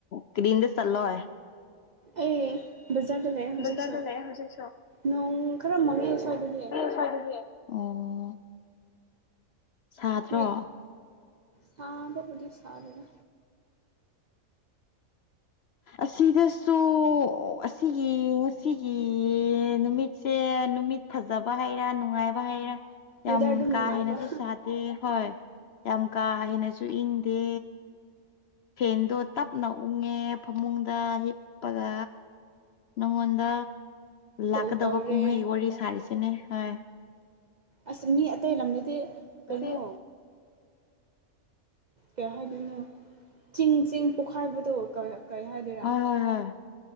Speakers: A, on the left; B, on the right.
A: ꯀꯔꯝꯗꯥ ꯆꯜꯂꫭ꯫
B: ꯑꯩ ꯕꯖꯥꯔꯗ ꯂꯩꯌꯦ ꯍꯧꯖꯤꯛꯁꯨ
A: ꯕꯖꯥꯔꯗ ꯂꯩꯌꯦ ꯍꯧꯖꯤꯛꯁꯨ
B: ꯅꯣꯡ ꯈꯔ ꯃꯥꯡꯉꯦ ꯁ꯭ꯋꯥꯏꯗꯗꯤ
A: ꯅꯣꯏ ꯁ꯭ꯋꯥꯏꯗꯗꯤ ꯑꯣ ꯁꯥꯗ꯭ꯔꯣ꯫
B: ꯅꯣꯏ ꯁꯥꯕꯕꯨꯗꯤ ꯁꯥꯥꯗꯦꯗꯥ
A: ꯑꯁꯤꯗꯁꯨ ꯑꯁꯤꯒꯤ ꯉꯁꯤꯒꯤ ꯅꯨꯃꯤꯠꯁꯦ ꯅꯨꯃꯤꯠ ꯐꯖꯕꯥ ꯍꯩꯔꯥ ꯅꯨꯡꯉꯥꯏꯕ ꯍꯩꯔꯥ ꯌꯥꯝ
B: ꯋꯦꯗꯔ ꯑꯗꯨꯝ
A: ꯀꯥ
B: ꯅꯨꯡꯉꯥꯏꯕ
A: ꯍꯦꯟꯅꯁꯨ ꯁꯥꯗꯦ ꯍꯣꯏ ꯌꯥꯝ ꯀꯥ ꯍꯦꯟꯅꯁꯨ ꯏꯪꯗꯦ ꯐꯦꯟꯗꯣ ꯇꯞꯅ ꯎꯪꯉꯦ ꯐꯃꯨꯡꯗ ꯍꯤꯞꯄꯒ ꯅꯪꯉꯣꯟꯗ
B: ꯀꯣꯜ
A: ꯂꯥꯛꯀꯗꯕ
B: ꯇꯧꯔꯦ
A: ꯀꯨꯝꯍꯩ ꯋꯥꯔꯤ ꯁꯥꯔꯤꯁꯤꯅꯦ ꯍꯣꯏ
B: ꯑꯁ ꯃꯤ ꯑꯇꯩ ꯂꯝꯗꯗꯤ ꯀꯩꯅꯣ
A: ꯍꯣꯏ
B: ꯀꯩ ꯍꯥꯏꯗꯣꯏꯅꯣ ꯆꯤꯡ ꯆꯤꯡ ꯄꯣꯛꯈꯥꯏꯕꯗꯣ ꯀꯩ ꯍꯥꯏꯗꯣꯏꯔꯥ
A: ꯍꯣꯏ ꯍꯣꯏ ꯍꯣꯏ